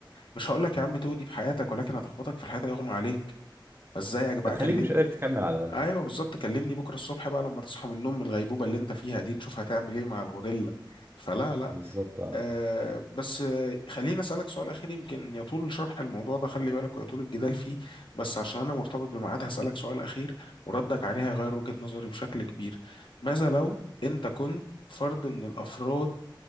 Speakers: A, on the left (about 80°); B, on the right (about 30°).
A: مش هقول لك يا عم تودي بحياتك ولكن هتخبطك في الحياة يغمى عليك فازيك بقى
B: هتخليك
A: كلمني
B: مش قادر تكمل على
A: ايوه بالظبط كلمني بكرة الصبح بقى لما تصحى من النوم من الغيبوبة اللي انت فيها دي نشوف هتعمل ايه مع الغوريلا فلا لا
B: بالظبط اه
A: آه بس آه خليني اسألك سؤال اخير يمكن يطول شرح الموضوع ده خلي بالك ويطول الجدال فيه بس عشان انا مرتبط بميعاد هسألك سؤال اخير وردك عليه هيغير وجهة نظري بشكل كبير ماذا لو انت كنت فرد من الافراد